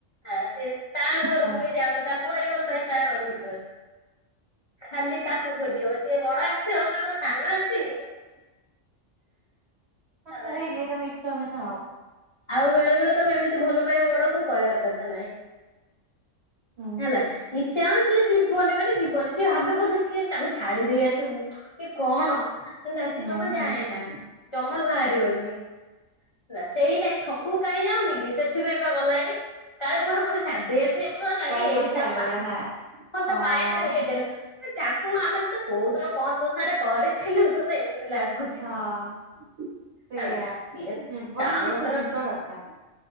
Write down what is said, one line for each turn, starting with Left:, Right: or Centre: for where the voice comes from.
Left: ହ ସିଏ। ତା ଘରକୁ
Right: ହଁ
Left: ବି ଯାଉନି ତାକୁ ଭାରି ଭଲ ପାଏ ତା ଘରକୁ ଯିବନି। ଖାଲି ତାକୁ ଖୋଜିବ ସିଏ ବଡ ଆସଥିବ କହିବ ସାନ ଆସିନି।
Right: ହଁ
Left: ହେଲା।
Right: ଏଇ ଏଇ ତମ ଇଛୁ ନା ଆଉ।
Left: ଆଉ ବେଳେ ବେଳେ ତମେ ଏମିତି ଭଲ ପାଇବ ବଡକୁ କହିବାର କଥା ନାହିଁ।
Right: ହୁଁ
Left: ହେଲା, ଇଛା ହଉଛି ଯିବନି ମାନେ ଯିବନି ସିଏ ଭାବେ ବୋଧେ କିଏ ତାକୁ ଛାଡି ଦେଇ ଆସିବୁ। ଏ କଣ, ହେଲା ସେ
Right: ହୁଁ
Left: ଜମା
Right: ହୁଁ
Left: ଯାଏନା
Right: ହୁଁ ହୁଁ
Left: ଜମା ବାହାରିବନି। ହେଲା ସେଇଟା ଏଇ ଛକକୁ କାଇଁ ଯାଉନି କି ସେଥିପାଇଁ ବା ଗଲାନି କାଳେ କୁଆଡେ ମୋତେ ଛାଡ଼ିଦେଇ ଆସିବେ, ମୁଁ କହିଲି
Right: କାଳେ
Left: ଏଇଟା
Right: କୋଉଠି ଛାଡିଦେବେ
Left: ମାଇଁ
Right: ନା
Left: କଣ
Right: ହଁ
Left: ତୋ ମାଇଣ୍ଡରେ ହେଇ <unintelligible> ତାକୁ ଆମେ ତତେ କୋଉ ଦିନ କଣ ତୋ ସାଙ୍ଗରେ କରିଥିଲୁ ତତେ ଏମିତି ଲାଗୁଛି।
Right: ହଁ ସେଇଆ
Left: ହେଲା ସିଏ
Right: ଯିବନି
Left: ତା
Right: ଟିକେ
Left: ମୁଣ୍ଡରେ
Right: ତ ଯିବା କଥା।